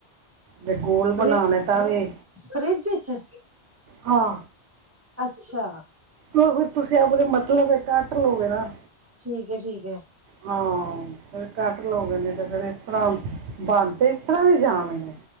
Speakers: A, on the right (about 85°); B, on the right (about 20°).
A: ਜੇ ਗੋਲ
B: ਫਰਿ
A: ਬਣਾਣੇ ਤਾਂ ਵੀ
B: ਫਰਿਜ ਚ
A: ਹਾਂ
B: ਅੱਛਾ
A: ਫਿਰ ਤੁਸੀਂ ਆਪਦੇ ਮਤਲਬ ਕੱਟ ਲੋਗੇ ਨਾ
B: ਠੀਕ ਹੈ ਠੀਕ ਹੈ
A: ਹਾਂ ਫੇਰ ਕਟ ਲੋ ਗੇ ਨਾ ਤੇ ਫੇਰ ਇਸ ਤਰ੍ਹਾਂ ਬੰਨ ਤਾਂ ਇਸ ਤਰ੍ਹਾਂ ਵੀ ਜਾਣਗੇ।